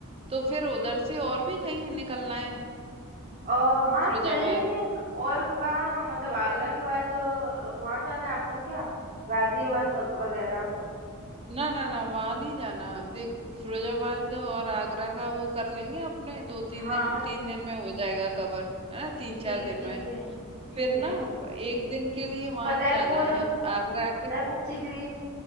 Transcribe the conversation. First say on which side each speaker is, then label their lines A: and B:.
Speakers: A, on the right; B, on the right.
A: तो फिर उधर से और भी कहीं निकलना है
B: अ, हाँ
A: फिरोजाबाद
B: चल लेंगे और कहाँ मतलब आगरा के बाद अ, वहाँ जाना है आपको क्या गाजियाबाद व- वगैरह
A: ना ना ना वहां नहीं जाना देख फिरोजाबाद और आगरा का वो कर लेंगे अपने दो तीन
B: हाँ
A: दिन तीन दिन में हो जाएगा कवर है ना तीन
B: ठीक
A: चार दिन
B: ठीक
A: में
B: है ठीक
A: फिर ना
B: है
A: प- एक दिन के लिए वहां
B: फतेहपुर
A: जाना है आगरा
B: फतेहपुर
A: के
B: सीकरी